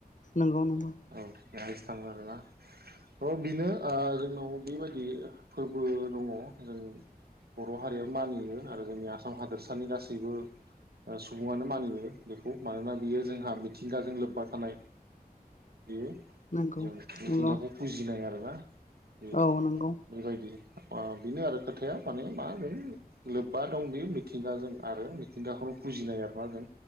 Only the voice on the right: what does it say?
औ। <unintelligible> अ बिनो आ जोंनाव बिबायदि फोरबो दङ जों बर' हारिया मानियो आरो जोंनि आसाम हादोरसानि गासैबो ओ सुबुङानो मानियो। बेखौ मानोना बियो जोंहा मिथि थिंगाजों लोब्बा थानाय बेयो
जों मिथिंगाखौ
फुजिनाय आरोना। ए
बेबायदि ओ बिनो आरो खोथाया माने माओनो लोब्बा दं बे मिथिंगाजों आरो मिथिंगाखौनो फुजिनाय एबा जों